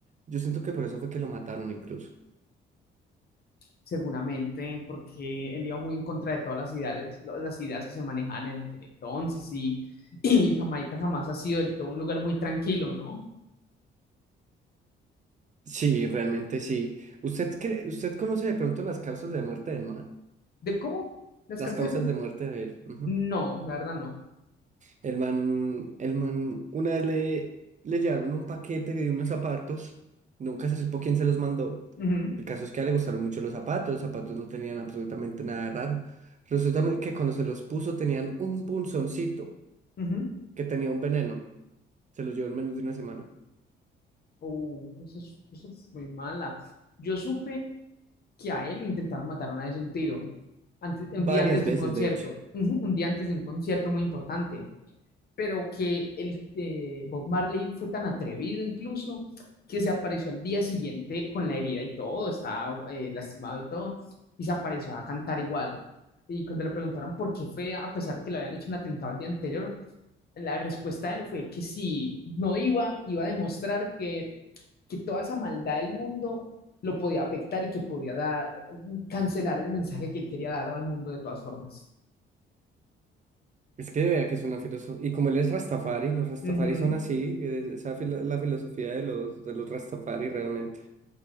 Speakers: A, on the right (about 40°); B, on the left (about 50°).
A: yo siento que por eso fue que lo mataron incluso.
B: Seguramente, porque él iba muy en contra de todas las ideas, las ideas que se manejaban en aquel entonces y, y Jamaica jamás ha sido del todo un lugar muy tranquilo, ¿no?
A: Sí, realmente sí. ¿Usted cree- usted conoce de pronto las causas de muerte del man?
B: ¿De cómo? ¿La escasez
A: Las causas
B: de
A: de muerte de él. Ujú.
B: No, la verdad no.
A: El man, el man, una vez le, le llevaron un paquete de unos zapatos, nunca se supo quién se los mandó.
B: Ujú,
A: El caso es que a él le gustaron mucho los zapatos, los zapatos no tenían absolutamente nada de raro. Resulta que cuando se los puso tenían un punzoncito
B: ujú.
A: que tenía un veneno. Se los llevó en menos de una semana.
B: Oh, eso es, eso es muy mala. Yo supe que a él lo intentaron matar una vez de un tiro, antes- un
A: Varias
B: día antes
A: veces,
B: de un concierto,
A: de hecho.
B: Ujú, un día antes de un concierto muy importante, pero que el eh, Bob Marley fue tan atrevido incluso que se apareció al día siguiente con la herida y todo, estaba eh, lastimado y todo, y se apareció a cantar igual. Y cuando le preguntaron por qué fue, a pesar de que le habían hecho un atentado el día anterior, la respuesta de él fue que si no iba, iba a demostrar que, que toda esa maldad del mundo lo podía afectar y que podía dar, cancelar el mensaje que él quería dar al mundo de todas formas.
A: Es que vea que es una filosofía. Y como él es Rastafari, los Rastafari
B: Ujú.
A: son así, eh, esa es la filosofía de los, de los Rastafari realmente.